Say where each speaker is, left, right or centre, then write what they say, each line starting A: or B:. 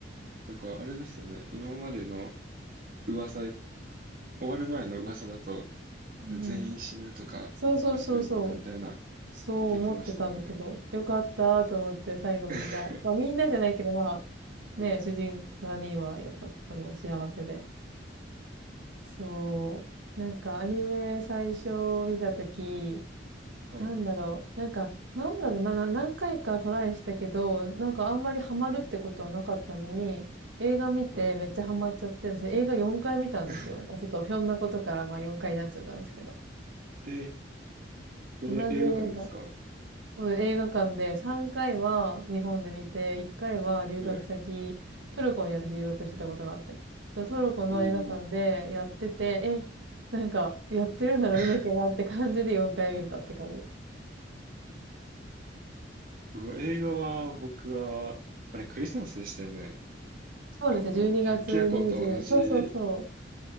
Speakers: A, on the right; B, on the right.
A: なんかあれですよね。今までの噂、終わる前の噂だと、
B: うんうん。
A: 全員死ぬとか、
B: そうそうそうそう。
A: バッドエンドだみたいな、
B: そう思ってたんだけど、
A: 出てましたよね。
B: よかったと思って最後みんな、
A: <laughs>
B: まあみんなじゃないけどま
A: うん。
B: あ、ね、主人3人はよかった、あの、幸せで。そう。なんかアニメ最初見たとき、
A: はい。
B: なんだろう、なんか、なんだろうな、な何回かトライしたけど、なんかあんまりハマるってことはなかったのに、映画見てめっちゃハマっちゃって、
A: はい。
B: 私映画4回見たんですよ。
A: <laughs>
B: まあちょっとひょんなことからまあ4回になっちゃったんですけど。
A: え、それ映画館ですか
B: 同じ映画。そう映画館で3回は日本で見て、1回は留学先、
A: はい。
B: トルコに私留学してたことがあって。そのトルコの映画館でやってて、
A: おー。
B: え、なんかやってるなら見なきゃなって感じで4回見たって感じです。
A: <laughs> 僕は映画は僕は、あれクリスマスでしたよね。
B: そうですね、
A: あの、
B: 12月20、
A: 百鬼夜行と同じ
B: そうそうそ